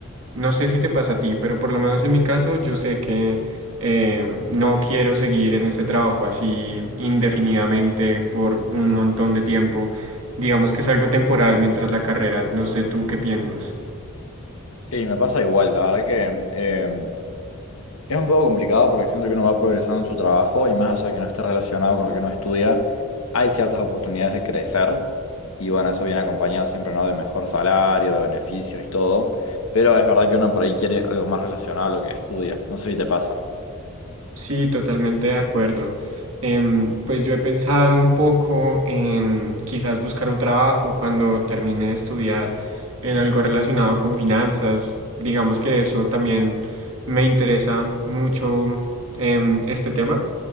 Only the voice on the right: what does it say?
no sé si te pasa a ti, pero por lo menos en mi caso yo sé que eh, no quiero seguir en este trabajo así indefinidamente por un montón de tiempo. Digamos que es algo temporal mientras la carrera, no sé tú qué piensas.
Sí, totalmente de acuerdo. Em, pues yo he pensado un poco en quizás buscar un trabajo cuando termine de estudiar en algo relacionado con finanzas. Digamos que eso también me interesa mucho em, este tema.